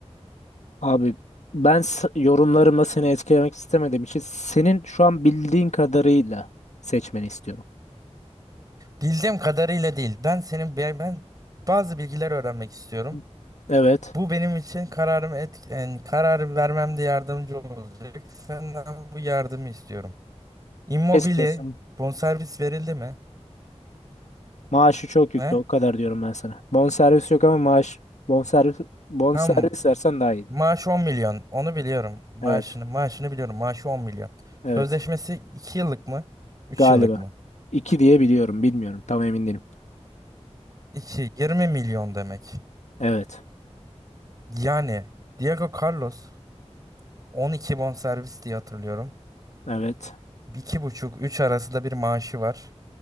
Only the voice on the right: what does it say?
Bildiğim kadarıyla değil. Ben senin ben ben bazı bilgiler öğrenmek istiyorum.
Bu benim için kararımı et, yani karar vermemde yardımcı olacak. Senden bu yardımı istiyorum. Immobile
bonservis verildi mi?
Ne?
Tam
maaş 10 milyon. Onu biliyorum. Maaşını
maaşını biliyorum. Maaşı 10 milyon.
Sözleşmesi 2 yıllık mı? 3
yıllık mı?
2 20 milyon demek.
Yani Diego Carlos 12 bonservis diye hatırlıyorum.
iki buçuk üç arasında bir maaşı var.